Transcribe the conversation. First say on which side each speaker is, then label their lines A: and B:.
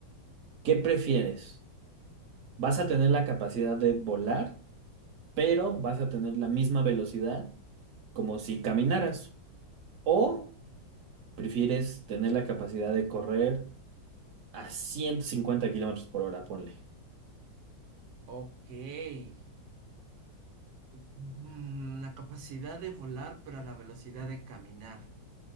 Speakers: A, on the right; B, on the right.
A: ¿qué prefieres? ¿Vas a tener la capacidad de volar, pero vas a tener la misma velocidad como si caminaras? ¿O prefieres tener la capacidad de correr a 150 kilómetros por hora? Ponle.
B: ok. Mm, La capacidad de volar, pero a la velocidad de caminar.